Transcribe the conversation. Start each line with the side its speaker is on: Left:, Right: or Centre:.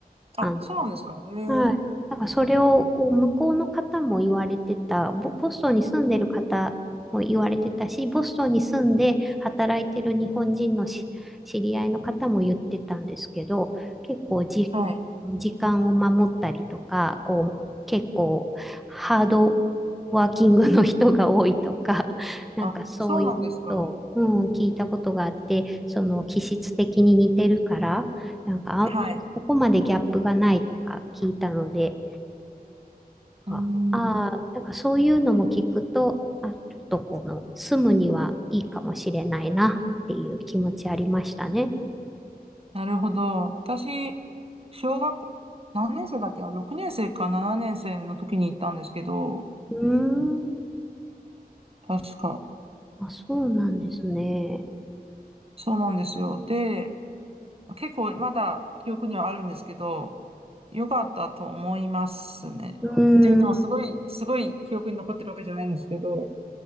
Right: あ、
Centre: あの、
Right: そうなんですか。えー、
Centre: はい。なんかそれをこう向こうの方も言われてた、ボ、ボストンに住んでる方も言われてたし、ボストンに住んで働いてる日本人のし知り合いの方も言ってたんですけど、結構じ、
Right: はい。
Centre: 時間を守ったりとか、こう結構ハードワーキングの人が多いとか、<laughs> なんかそういうことを、
Right: あ、そうなんですか。
Centre: うん、聞いたことがあって、その気質的に似てるから、なんかあ、
Right: えーはい。
Centre: ここまでギャップがないとか聞いたので、
Right: うーん、
Centre: ああー、だからそういうのも聞くと、あ、ちょっとこの住むにはいいかもしれないなっていう気持ちありましたね。
Right: なるほど。私、小学校、何年生だっけ ?6 年生か7年生の時に行ったんですけど、
Centre: うーん、
Right: 確か。
Centre: あ、そうなんですね。
Right: そうなんですよ。で、結構まだ記憶にはあるんですけど、良かったと思いますね。って言ってもすごい、
Centre: うーん、う
Right: すごい記憶に残ってるわけじゃないんですけど、